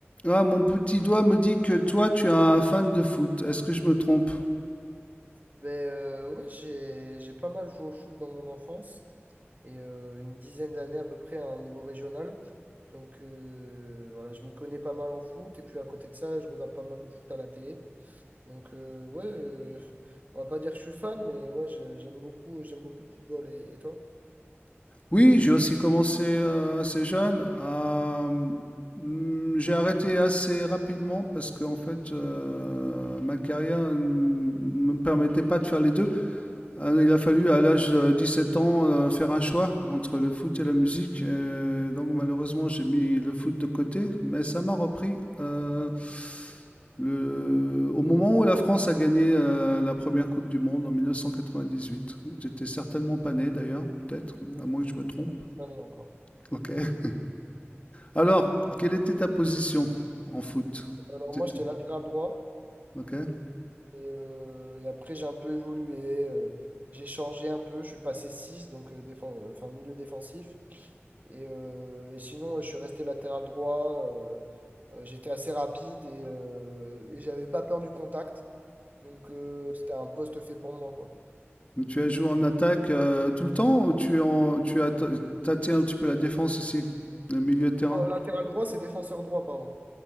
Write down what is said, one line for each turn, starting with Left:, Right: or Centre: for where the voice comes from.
Left: Ah, mon petit doigt me dit que toi, tu es un fan de foot. Est-ce que je me trompe?
Right: Ben euh, ouais, j'ai j'ai pas mal joué au foot dans mon enfance et euh, une dizaine d'années à peu près à un niveau régional. Donc euh, voilà, je m'y connais pas mal en foot et puis à côté de ça, je regarde pas mal le foot à la télé. Donc euh, ouais, euh, <laughs> on va pas dire que je suis fan, mais ouais, je- j'aime beaucoup, j'aime beaucoup le football. Et, et toi?
Left: Oui, j'ai aussi commencé euh, assez jeune. à- Hmm, j'ai arrêté assez rapidement parce que en fait, euh, ma carrière ne me permettait pas de faire les deux. Ah, Il a fallu à l'âge de sept ans euh, faire un choix entre le foot et la musique. Et donc malheureusement j'ai mis le foot de côté, mais ça m'a repris. Euh, le... Au moment où la France a gagné euh, la première Coupe du Monde en 1998, j'étais certainement pas né d'ailleurs, peut-être, à moins que je me trompe.
Right: Pas né encore.
Left: Ok. Alors, quelle était ta position en foot
Right: Alors
Left: C'était-
Right: moi, j'étais latéral droit
Left: Ok.
Right: et, euh, et après j'ai un peu évolué, euh, j'ai changé un peu, je suis passé 6 donc euh, défen- euh, enfin, milieu défensif. Et, euh, et sinon, ouais, je suis resté latéral droit. euh, euh, j'étais assez rapide et, euh, et j'avais pas peur du contact. Donc, euh, c'était un poste fait pour moi, quoi.
Left: Donc, Tu as joué en attaque euh, tout le temps ou tu, es en, tu as ta- tâté un petit peu la défense aussi, le milieu de terrain?
Right: Non, latéral droit, c'est défenseur droit, pardon.